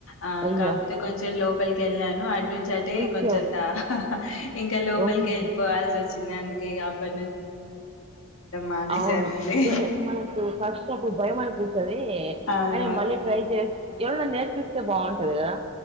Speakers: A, on the left; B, on the right.
A: ఆ
B: అయ్యో
A: కాకపోతే కొంచెం లోపలికి ఎళ్ళాను అటు నుంచి అటే
B: అయ్యో
A: కొంచెంత ఇంకా లోపలికి
B: ఓయ్
A: వెళ్ళిపోవాల్సి వచ్చింది అందుకే ఇగా ఆ పన్ మానేశానండి.
B: అవును మనకు ఫస్ట్ అప్పుడు భయం అనిపిస్తది. నీ
A: అవును.
B: కానీ మళ్ళీ ట్రై చేస్ ఎవరన్నా నేర్ పిస్తే బావుంటది గదా.